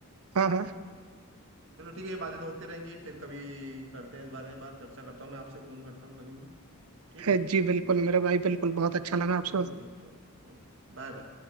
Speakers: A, on the right; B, on the right.
A: हाँ हाँ
B: चलो ठीक है ये बातें तो होती रहेंगी फिर कभी करते हैं इस बारे में बात चर्चा करता हूँ मैं आपसे फोन करता हूँ कभी भी ठीक
A: <laughs>
B: है
A: जी बिल्कुल मेरा भाई बिल्कुल बहुत अच्छा लगा आपसे
B: ओके चलो ओके बाय बाय